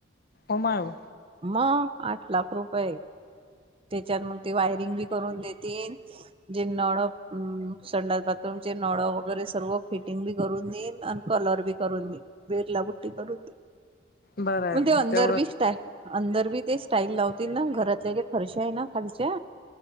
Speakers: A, on the left (about 45°); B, on the right (about 25°).
A: उमाव.
B: मं, आठ लाख रुपये. त्याच्यात मग ते वायरिंग बी करून देतीन. जे नळं अम् संडास बाथरूमचे नळं वगैरे सर्व फिटिंग बी करून देईन आणि कलर बी करून देईन. बिर्ला पुट्टी करून दे,
A: बरं आहे
B: मंदे
A: मग
B: अंदर
A: तेवढंच
B: बिष्ट आस् अंदर बी ते स्टाईल लावतील ना, घरातल्या जे. हर्ष आहे ना. खालच्या